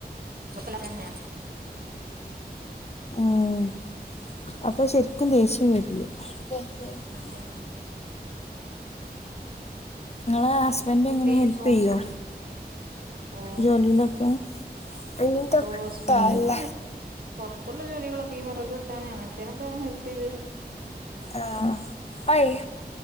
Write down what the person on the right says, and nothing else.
<unintelligible>
അതെ
ഒക്കെ
ഈ
ഫോ
ഓ
ഓ ഹസ്ബൻഡ്
പുറത്തുള്ള ജോലികളൊക്കെ ഈ വിറക് വെട്ടാന് അങ്ങനത്തേനൊക്കെ ഹെൽപ്പ് ചെയ്തു തരും